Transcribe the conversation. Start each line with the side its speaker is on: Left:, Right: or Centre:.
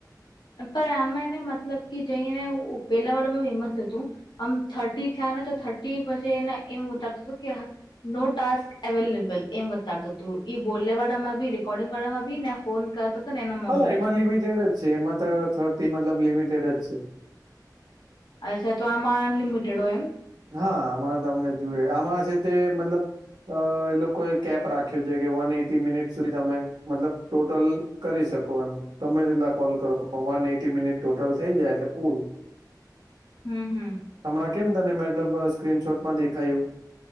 Left: પણ આનમાં એને મતલબ કે જઈને ઉઉપેલા વાડામાં ફેમસ હતું. આમ થર્ટી થયા ને તો થર્ટી પછી એને એમ ઉતારતું <unintelligible> કે નો ટાસ્ક અવેલેબલ એમ બતાતું તું ઈ બોલને વાળા માં બી રેકોર્ડિંગ વાળામાં બી ને ફોન કરતો હતો ને એનામાં
Right: હા
Left: બી
Right: એમાં લિમિટેડ જ છે એમાં તો થર્ટી મતલબ લિમિટેડ જ છે.
Left: અચ્છા તો આમાં અનલિમિટેડ હોય એમ.
Right: હા આમાં તમને જુવે આમાં છે તે મતલબ અ એ લોકોએ કેપ રાખ્યો છે કે વન એટી મિનિટ સુધી તમે મતલબ ટોટલ કરી શકો એમ ગમે તેટલા કોલ કરો પણ વન એઈટી મિનિટ ટોટલ થઈ જાય એટલે પૂરું.
Left: હમ હમ.
Right: હમણાં કેમ તને મતલબ સ્ક્રીનશોટમાં દેખાયું.